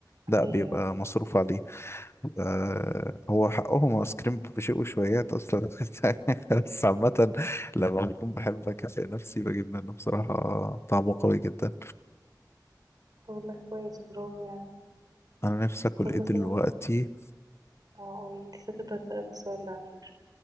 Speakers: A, on the right; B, on the left.
A: أيوه
B: لا بيبقى مصروف عليه آه هو حقهم ايس كريم بشيء وشويات اصلا <laughs> بس عامة لما بكون بحب اكافئ نفسي بجيب منه بصراحة طعمه قوي جدا
A: طب والله كويس برافو يعني
B: انا نفسي اكل
A: طب
B: ايه
A: مثلا
B: دلوقتي
A: اقول لسه كنت هسألك السؤال ده على فكرة